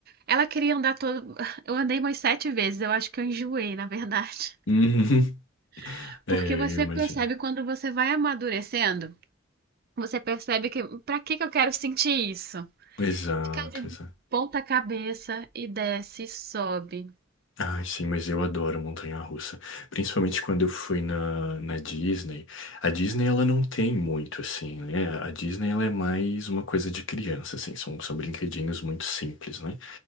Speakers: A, on the right; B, on the left.
A: Ela queria andar todo. <laughs> Eu andei umas sete vezes, eu acho que eu enjoei, na verdade.
B: Uhum. <laughs>
A: <laughs>
B: É,
A: Porque você
B: eu imagino.
A: percebe quando você vai amadurecendo. Você percebe que pra que que eu quero sentir isso?
B: Exato,
A: Ficar de
B: exato.
A: ponta cabeça e desce e sobe.
B: Ai, sim, mas eu adoro montanha-russa. Principalmente quando eu fui na, na Disney. A Disney, ela não tem muito, assim, né? A Disney, ela é mais uma coisa de criança, assim. São, são brinquedinhos muito simples, né?